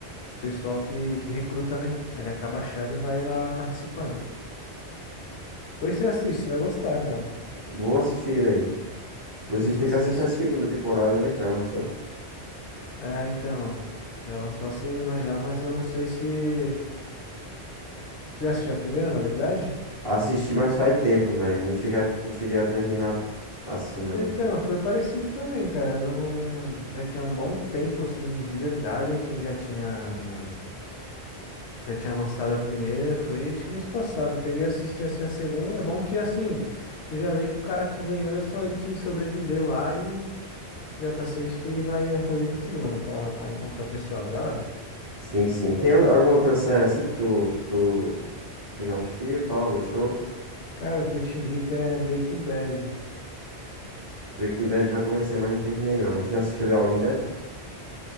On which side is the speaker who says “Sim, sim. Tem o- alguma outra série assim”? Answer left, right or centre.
Right